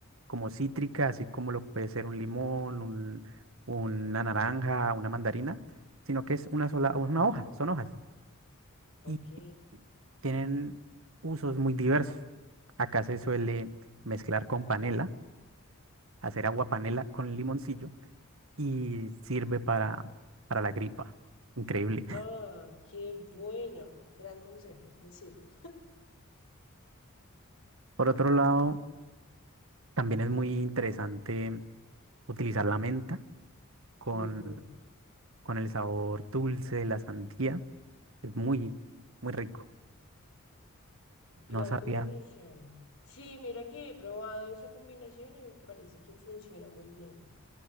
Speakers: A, on the right; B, on the left.
A: como cítrica, así como lo puede ser un limón, un- una naranja, una mandarina, sino que es una sola, una hoja, son hojas
B: Ok.
A: y tienen usos muy diversos. Acá se suele mezclar con panela, hacer agua panela con limoncillo y sirve para, para la gripa. Increíble.
B: Ah, qué bueno. Gran consejo. Me sirve.
A: <laughs> Por otro lado, También es muy interesante utilizar la menta con,
B: Ujú,
A: con el sabor dulce de la sandía. Es muy, muy rico. No
B: Gran
A: sabía.
B: combinación. Sí, mira que he probado esa combinación y me parece que funciona muy bien.